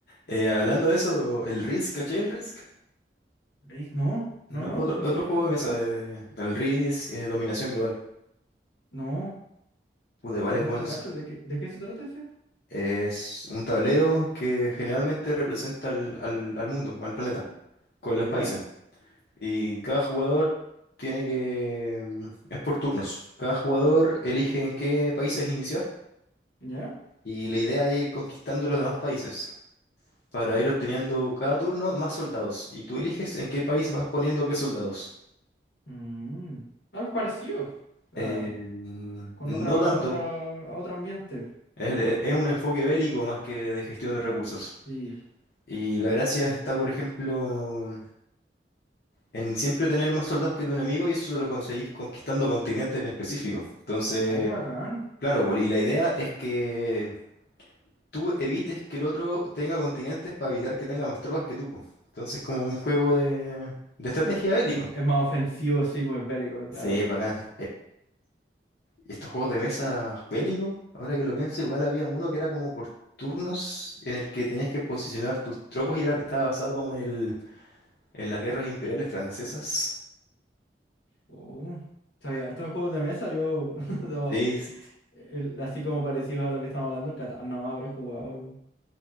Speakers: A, on the left; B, on the left.
A: Eh, hablando de eso, el Risk, ¿cachai el Risk?
B: Risk, no,
A: No,
B: no, no,
A: otro,
B: ni
A: otro
B: siquiera
A: juego
B: lo he escuchado.
A: de mesa, de, de- el Risk, eh, Dominación Global.
B: No,
A: Puta, igual
B: no,
A: es bueno.
B: no lo
A: ese-
B: cacho. ¿De qué, de qué se trata ese?
A: Es un tablero que generalmente representa al, al, al mundo, al planeta, con los
B: ¿Ya?
A: países. Y cada jugador tiene que... mm, Es por turnos. Cada jugador elige en qué países iniciar
B: ¿Ya?
A: y la idea es ir conquistando los demás países para ir obteniendo cada turno más soldados. Y tú eliges en qué país vas poniendo qué soldados.
B: Mm. Ah, es parecido. Ah,
A: Eh, mm,
B: con
A: no
B: otra,
A: tanto.
B: otra, a otro ambiente.
A: Es, el- e, es un enfoque bélico más que de gestión de recursos.
B: Sí.
A: Y la gracia está, por ejemplo, en siempre tener más soldados que tu enemigo y eso lo conseguís conquistando continentes en específico. Entonces,
B: Ah, qué bacán.
A: claro, pues, y la idea es que tú evites que el otro tenga continentes para evitar que tenga más tropas que tú. pues. Entonces, como un juego de, de estrategia bélico.
B: Es, es más ofensivo, sí, pues bélico,
A: Sí,
B: claro.
A: bacán. Y estos juegos de mesa bélicos, ahora que lo pienso, igual había uno que era como por turnos en el que tenías que posicionar tus tropas y era estaba basado como en el, en las guerras imperiales francesas.
B: Oh, sabía harto de juegos de mesa, yo <laughs> no,
A: Sí, s- s-
B: el- así como parecido a lo que estamos hablando, el Catán nomás habré jugado y,